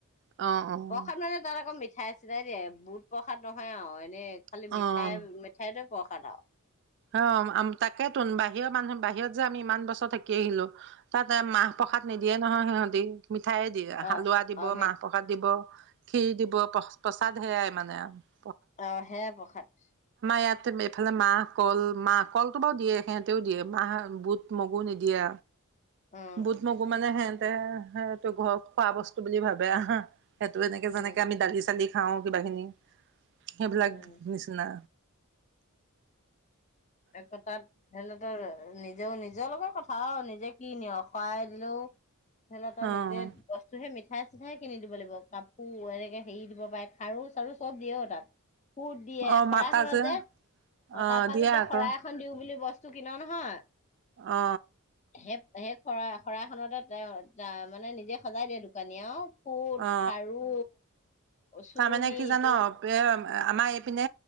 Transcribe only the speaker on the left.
প্ৰসাদ মানে তাৰ আকৌ মিঠ মিঠাই চিঠাই দিয়ে বুত প্ৰসাদ নহয়। হা এনে খালি
মিঠাই মিঠাইত প্ৰসাদ আৰু
অ
অ মি
আহ হে প্ৰসাদ
উম
উম
উম
আকৌ তাত সেনেকে নিজেও নিজৰ লগত কথা আৰু নিজে কি নিঅ শৰাই দিলেও ধৰি লওক তই
নিজে বস্তুহে নি মিঠাই চিঠাই কিনি দিব লাগিব কাপোৰ এনেকে হেৰি দিব পাৰে খাৰু চাৰু চব দিয়ে অ তাত সুত দিয়ে
শৰাই
খনত যে
তাৰপা
যেতিয়া
শৰাই এখন দিওঁ বুলি বস্ত বস্ত কিন নহয়
সেই সেই শৰা শৰাইখনতে মানে নিজে সজাই দিয়ে দোকানীয়ে আৰু ফুত
খাৰু চুৰ্ণি
ইটো